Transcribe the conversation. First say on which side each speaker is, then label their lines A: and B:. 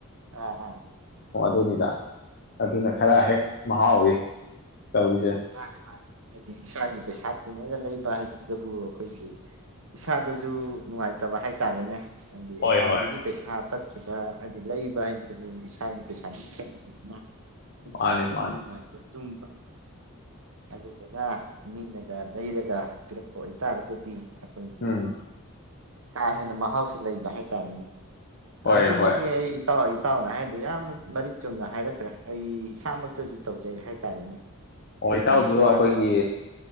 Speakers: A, on the right; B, on the left.
A: ꯑ ꯍ
B: ꯑꯣ ꯑꯗꯨꯅꯤꯗ ꯑꯗꯨꯅ ꯈꯔ ꯍꯦꯛ ꯃꯍꯥꯎꯋ ꯇꯧꯔꯤꯁꯦ
A: ꯃꯥꯅꯦ ꯃꯥꯅꯦ ꯍꯥꯏꯗꯤ ꯏꯁꯥꯒꯤ ꯄꯩꯁꯥ ꯇꯤꯡꯉꯒ ꯂꯩꯕ ꯍꯥꯏꯁꯤꯗꯕꯨ ꯑꯩꯈꯣꯏꯒꯤ ꯏꯁꯥꯗꯁꯨ ꯅꯨꯡꯉꯥꯏꯇꯕ ꯍꯥꯏꯇꯥꯔꯦꯅꯦ ꯍꯥꯏꯗꯤ
B: ꯍꯣꯏ
A: ꯑꯦꯀꯥꯎꯟꯗꯒꯤ
B: ꯍꯣꯏ
A: ꯄꯩꯁꯥ ꯆꯠꯈꯤꯕ ꯍꯥꯏꯗꯤ ꯂꯩꯕ ꯍꯥꯏꯁꯤꯕꯨ ꯏꯁꯥꯒꯤ ꯄꯩꯁꯥꯗꯤ ꯆꯠꯈꯤꯕꯅꯤꯅ ꯑꯗꯨ
B: ꯃꯥꯅꯤ
A: ꯋꯥꯈꯠ
B: ꯃꯥꯅꯤ
A: ꯅꯨꯡꯉꯥꯏ ꯑꯗꯨ ꯇꯧ ꯑꯗꯨꯗꯨꯅ ꯃꯤꯅꯒ ꯂꯩꯔꯒ ꯄꯤꯔꯛꯄ ꯑꯣꯏꯇꯥꯔꯒꯗꯤ ꯑꯩꯈꯣꯏꯒꯤ
B: ꯎꯝ
A: ꯀꯥ ꯍꯦꯟꯅ ꯃꯍꯥꯎꯁꯦ ꯂꯩꯕ ꯍꯥꯏꯇꯥꯔꯦꯅꯦ
B: ꯍꯣꯏ
A: ꯑꯗꯨꯃꯛꯅꯦ
B: ꯍꯣꯏ
A: ꯑꯩ ꯏꯇꯥꯎ ꯆꯥꯎꯅ ꯍꯥꯏꯔꯗꯤ ꯌꯥꯝꯅ ꯃꯔꯤꯛ ꯆꯨꯝꯅ ꯍꯥꯏꯔꯛꯈ꯭ꯔꯦ ꯑꯩ ꯏꯁꯥꯃꯛꯇꯁꯨ ꯇꯧꯖꯩ ꯍꯥꯏꯇꯥꯔꯦꯅꯦ ꯑꯩꯈꯣꯏꯒꯤ
B: ꯑꯣ ꯏꯇꯥꯎꯁꯨ
A: ꯏꯃꯥꯟꯅꯕ
B: ꯑꯩꯈꯣꯏꯒꯤ